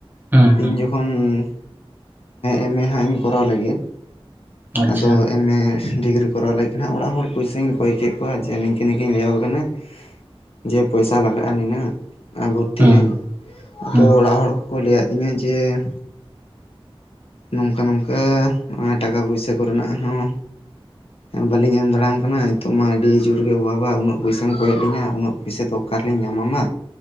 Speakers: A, on the right; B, on the left.
A: ᱦᱩᱸ ᱦᱩᱸ
B: ᱤᱧ ᱡᱚᱠᱷᱚᱱ ᱾ ᱮᱢ ᱮ ᱦᱟᱸᱜ ᱤᱧ ᱠᱚᱨᱟᱣ ᱞᱟᱹᱜᱤᱫ
A: ᱟᱪᱪᱷᱟ
B: ᱟᱫᱚ ᱮᱢ ᱮ ᱾ ᱰᱤᱜᱽᱨᱤ ᱠᱚᱨᱟᱣ ᱞᱟᱹᱜᱤᱫ ᱦᱟᱸᱜ ᱚᱲᱟᱜ ᱦᱚᱲ ᱯᱩᱭᱥᱟᱹᱧ ᱠᱚᱭ ᱠᱮᱫ ᱠᱚᱣᱟ ᱡᱮ ᱱᱤᱝᱠᱟᱹ ᱱᱤᱝᱠᱟᱹᱧ ᱞᱟᱹᱭᱟᱠᱚ ᱠᱟᱱᱟ ᱡᱮ ᱯᱚᱭᱥᱟ ᱞᱟᱜᱟᱜᱼᱟ ᱱᱤᱱᱟᱹᱜ ᱾ ᱟᱸ ᱵᱷᱚᱨᱛᱤᱜᱼ
A: ᱦᱩᱸ
B: ᱟᱹᱧ ᱟᱫᱚ
A: ᱦᱩᱸ
B: ᱚᱲᱟᱜ ᱦᱚᱲ ᱠᱚᱠᱚ ᱞᱟᱹᱭ ᱟᱫᱤᱧᱟ ᱡᱮ ᱾ ᱱᱚᱝᱠᱟ ᱱᱚᱝᱠᱟ ᱦᱟᱜ ᱴᱟᱠᱟ ᱯᱚᱭᱥᱟᱹ ᱠᱚᱨᱮᱱᱟᱜ ᱦᱚᱸ᱾ ᱵᱟᱹᱞᱤᱧ ᱮᱢ ᱫᱟᱲᱮᱭᱟᱢ ᱠᱟᱱᱟ ᱱᱤᱛᱚᱜ ᱢᱟ ᱟᱹᱰᱤ ᱡᱩᱨ ᱜᱮ ᱚᱵᱷᱟᱵᱟ ᱩᱱᱟᱹᱜ ᱯᱚᱭᱥᱟᱢ ᱠᱚᱭᱮᱜ ᱞᱤᱧᱟ ᱩᱱᱟᱹᱜ ᱾ ᱯᱚᱭᱥᱟᱹ ᱫᱚ ᱚᱠᱟᱨ ᱨᱮᱞᱤᱧ ᱧᱟᱢᱟᱢᱟ